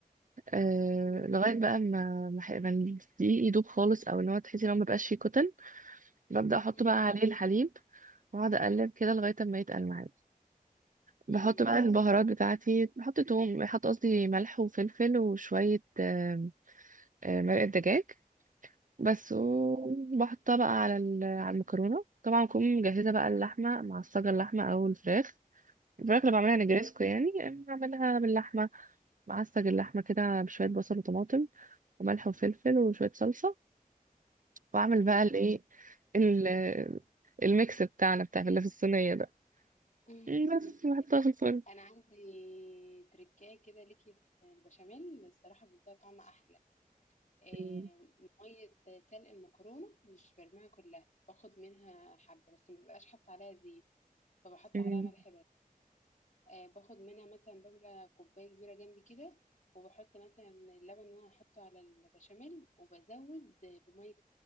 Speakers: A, on the right; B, on the left.
A: أه
B: مم،
A: لغايه بقى ما ما ح- ما الدقيق يدوب خالص او ان هو تحسي ان هو مبقاش فيه كتل ببدا احط
B: مم،
A: بقى عليه الحليب واقعد اقلب كده لغايه ما يتقل معايا بحط
B: مم،
A: بقى البهارات بتاعتي بحط توم بحط قصدي ملح وفلفل وشوية آم، آم، مرقة دجاج بس وبحطها
B: مم،
A: بقى على ال- على المكرونة طبعا أكون مجهزة بقى اللحمة معصجة اللحمة أو الفراخ الفراخ اللي بعملها نجريسكو يعني بعملها باللحمة بعصج اللحمة كده بشوية بصل وطماطم وملح وفلفل وشوية صلصة وأعمل
B: مم،
A: بقى الإيه ال- الميكس بتاعنا بتاع اللي في الصينية ده
B: مم.
A: بس بحطها
B: <laughs>
A: في الفرن
B: انا عندي تركايه كده ليكي في البشاميل الصراحه بتديها طعم احلى إيه،
A: م-
B: ميه سلق المكرونه مش برميها كلها باخد منها حبه بس ما ببقاش حاطه عليها زيت فبحط
A: م.
B: عليها ملح بس آه، باخد منها مثلا بملى كوبايه كبيره جنبي كده وبحط مثلا اللبن اللي انا هحطه على البشاميل وبزود بميه